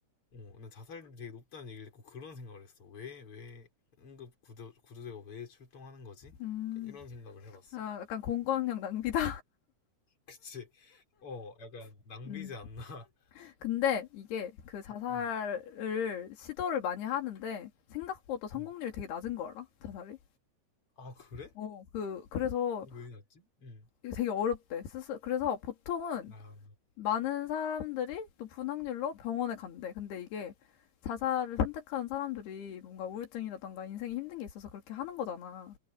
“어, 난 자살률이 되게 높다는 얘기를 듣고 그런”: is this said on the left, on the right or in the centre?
Left